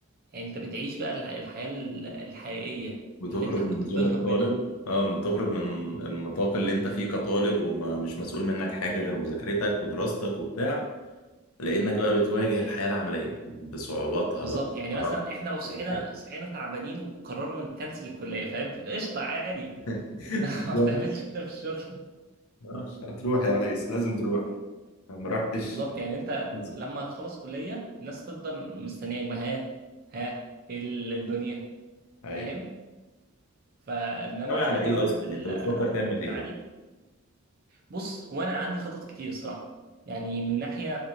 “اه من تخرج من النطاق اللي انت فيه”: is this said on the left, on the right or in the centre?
Left